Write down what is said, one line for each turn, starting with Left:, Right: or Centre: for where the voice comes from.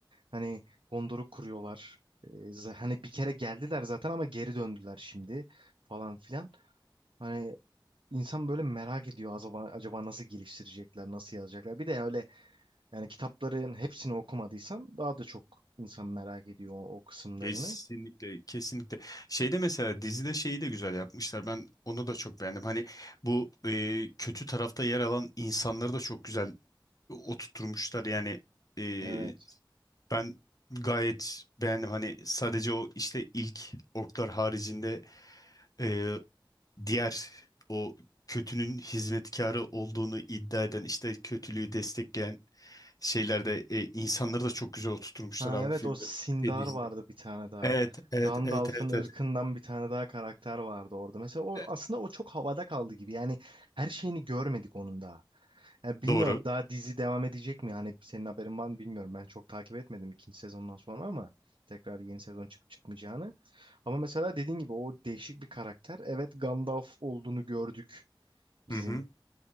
Right: Hani Gondor'u kuruyorlar. Ee, za- hani bir kere geldiler zaten ama geri döndüler şimdi falan filan. Hani insan böyle merak ediyor acaba, acaba nasıl geliştirecekler, nasıl yazacaklar. Bir de öyle yani kitapların hepsini okumadıysan daha da çok insan merak ediyor o, o kısımlarını.
Left: Kesinlikle, kesinlikle. Şeyde mesela dizide şeyi de güzel yapmışlar. Ben onu da çok beğendim. Hani bu e, kötü tarafta yer alan insanları da çok güzel oturtmuşlar. Yani e,
Right: Evet.
Left: ben gayet beğendim. Hani sadece o işte ilk orklar haricinde e, diğer o kötünün hizmetkarı olduğunu iddia eden işte kötülüğü destekleyen şeylerde e, insanları da çok güzel oturtmuşlar
Right: Ha
Left: abi
Right: evet
Left: filmde
Right: o Sindar
Left: ve dizide.
Right: vardı bir tane daha.
Left: Evet, evet,
Right: Gandalf'ın
Left: evet, evet, evet.
Right: ırkından bir tane daha karakter vardı orada. Mesela o
Left: E,
Right: aslında o çok havada kaldı gibi. Yani her şeyini görmedik onun daha. Yani bilmiyorum
Left: Doğru.
Right: daha dizi devam edecek mi? Hani senin haberin var mı bilmiyorum. Ben çok takip etmedim ikinci sezondan sonra ama tekrar yeni sezon çıkıp çıkmayacağını. Ama mesela dediğin gibi o değişik bir karakter. Evet Gandalf olduğunu gördük bizim
Left: Hı hı.